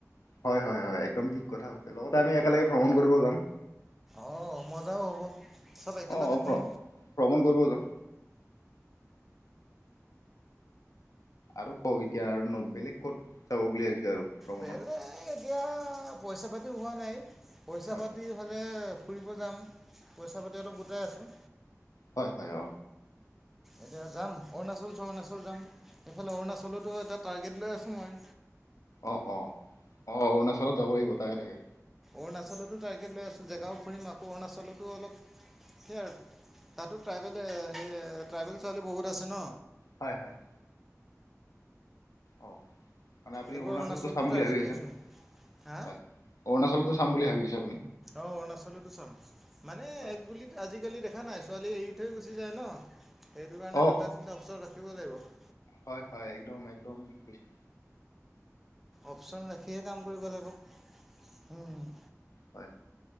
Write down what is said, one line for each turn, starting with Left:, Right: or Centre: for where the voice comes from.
Left: হয় হয় হয় একদম ঠিক কথা হৈছে লগতে আমি একেলগে ভ্ৰমণ কৰিব যাম।
Centre: অ মজাও হ'ব চব একেলগে
Left: অ অ ভ্ৰ
Centre: শুম।
Left: ভ্ৰমণ কৰিব যাওঁ। আৰু কও এতিয়া আৰু ন বেলেগ ক'ত যাব বুলি ভাবিছে আৰু। ভ্ৰমণত
Centre: বেলেগ এতিয়া পইচা পাতিও হোৱা নাই পইচা
Left: হয়
Centre: পাতি। হলে ফুৰিব যাম পইচা পাতি অলপ গোটাই আছোঁ।
Left: হয় হয় অ
Centre: এতিয়া যাম অৰুণাচল চৰুণাচল যাম সেইফালে অৰুণাচলতো এটা টাৰ্গেট লৈ আছোঁ মই।
Left: অ অ অ অৰুণাচলত যাব লাগিব তাকে তাকে।
Centre: অৰুণাচলতো টাৰ্গেট লৈ আছোঁ জেগাও ফুৰিম আকৌ অৰুণাচলো অলপ। সেইয়া আৰু তাতো ট্ৰাইবেল সেই ট্ৰাইবেল ছোৱালী বহুত আছে ন।
Left: হয় হয় অ মানে আপুনি
Centre: এইবাৰ
Left: অৰুণাচলতো চাম বুলি
Centre: টাৰ্গেট
Left: ভাবি আছে
Centre: লৈছোঁ হা
Left: হয়। অৰুণাচলতো চাম বুলি ভাবি আছে আপুনি।
Centre: অ অৰুণাচলটো চাম। মানে
Left: হয়
Centre: একগুলিত আজিকালি দেখা নাই ছোৱালী এৰি থৈ গুচি যায় ন। সেইটো কাৰণে
Left: অ
Centre: দুটা তিনিটা ওচৰত ৰাখিব লাগিব।
Left: হয় হয় একদম একদম ঠিক কৈছা।
Centre: অপচন ৰাখিহে কাম কৰিব লাগিব উম।
Left: হয়।